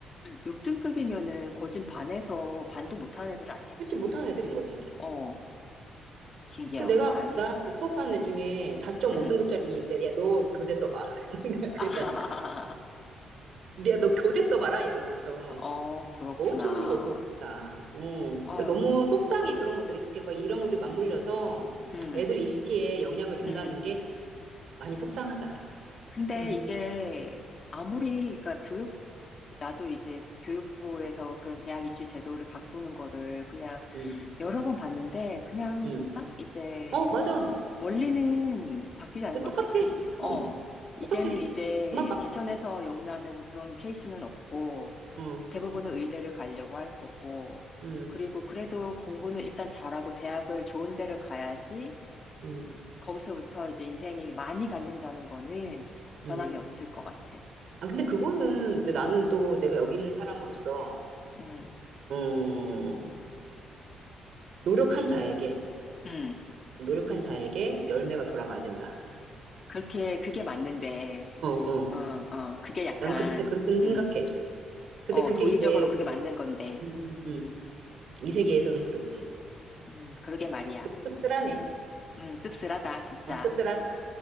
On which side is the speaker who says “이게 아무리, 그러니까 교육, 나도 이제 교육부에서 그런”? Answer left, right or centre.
Left